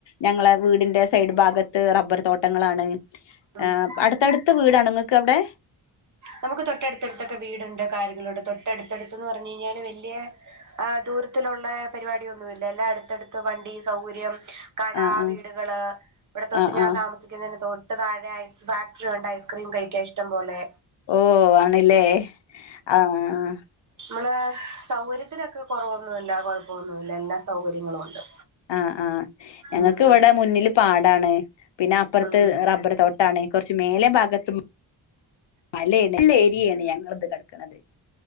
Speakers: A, on the left; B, on the right.
A: ഞങ്ങളെ വീടിന്റെ സൈഡ് ഭാഗത്ത് റബ്ബർ തോട്ടങ്ങളാണ്
B: ഉം
A: ആഹ് അടുത്തടുത്ത വീടാണേ നിങ്ങക്ക് അവിടെ
B: നമുക്ക് തൊട്ടടുത്തെടുത്തൊക്കെ വീടുണ്ട് കാര്യങ്ങളൾ ഉണ്ട് തൊട്ടടുത്തെടുത്ത്ന്ന് പറഞ്ഞു കഴിഞ്ഞാല് വല്യ ആഹ് ദൂരത്തിലുള്ള പരിപാടി യൊന്നുമില്ല എല്ലാം അടുത്തടുത്ത് വണ്ടി സൗകര്യം കട
A: ആഹ് ആഹ്
B: വീടുകള് ഇവിടെ തൊട്ട്
A: ആഹ്
B: ഞാൻ
A: ആഹ്
B: താമസിക്ക ക്കുന്നതിന്റെ തൊട്ട് താഴെ ഐസ് ഫാക്ടറി ഉണ്ട് ഐസ്ക്രീം കഴിക്കാ ഇഷ്ടം പോലെ
A: ഓഹ് ആണല്ലേ ആഹ് ആഹ്
B: നമ്മളെ സൗകര്യത്തിനൊക്കെ കുറവൊന്നുമല്ല കൊഴപ്പൊന്നുമല്ല എല്ലാ സൗകര്യങ്ങളും ഉണ്ട്
A: ആഹ് ആഹ് ഞങ്ങൾക്ക്
B: ഉം
A: ഇവിടെ മുന്നില് പാടാണ് പിന്നെ അപ്പുറത്ത്
B: ഉം
A: റബ്ബർ തോട്ട ട്ടാണ് കുറച്ച് മേലെ ഭാഗത്ത മലയാണ് നല്ല ഏരിയയാണ് ഞങ്ങളത് കിടക്കണത്